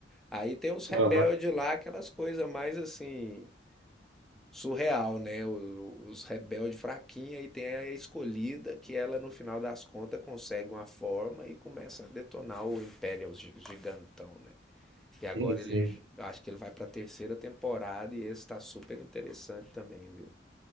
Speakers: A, in the centre; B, on the right.
A: Aí tem os rebeldes
B: Aham,
A: lá, aquelas coisas mais assim surreal, né? O- Os rebeldes fraquinha e tem a escolhida que ela no final das contas consegue uma forma e começa a detonar o Império, os gi- gigantão, né? E agora
B: sim, sim.
A: ele, j- acho que ele vai pra terceira temporada e esse tá super interessante também, viu?